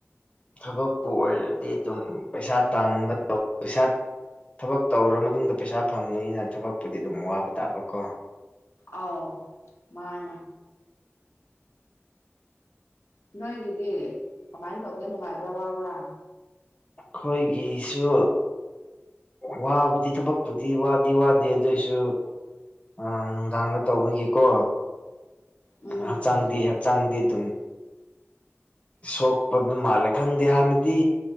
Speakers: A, on the left (about 25°); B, on the left (about 70°).
A: ꯊꯕꯛꯄꯨ ꯑꯣꯏꯔꯗꯤ ꯑꯗꯨꯝ ꯄꯩꯁꯥ ꯇꯥꯟꯕ ꯄꯩꯁꯥ ꯊꯕꯛ ꯇꯧꯔꯔꯕ ꯃꯇꯨꯡꯗ ꯄꯩꯁꯥ ꯐꯪꯕꯅꯤꯅ ꯊꯕꯛꯄꯨꯗꯤ ꯑꯗꯨꯝ ꯋꯥꯕ ꯇꯥꯕ ꯀꯣ
B: ꯑꯥꯎ ꯃꯥꯅ ꯅꯣꯏꯒꯤꯗꯤ ꯀꯃꯥꯏꯅ ꯇꯧꯒꯦ ꯅꯨꯡꯉꯥꯏꯕ꯭ꯔꯥ ꯋꯥꯕ꯭ꯔꯥ
A: ꯑꯩꯈꯣꯏꯒꯤꯁꯨ ꯋꯥꯕꯨꯗꯤ ꯊꯕꯛꯄꯨꯗꯤ ꯋꯥꯗꯤ ꯋꯥꯗꯦ ꯑꯗꯨꯑꯣꯏꯁꯨ ꯑ ꯅꯨꯡꯗꯥꯡꯒ ꯇꯧꯕꯒꯤꯀꯣ
B: ꯎꯝ
A: ꯍꯛꯆꯥꯡꯗꯤ ꯍ ꯆꯪꯗꯦ ꯑꯗꯨꯝ ꯁꯣꯛꯄ ꯃꯥꯜꯂꯦ ꯈꯪꯗꯦ ꯍꯥꯟꯅꯗꯤ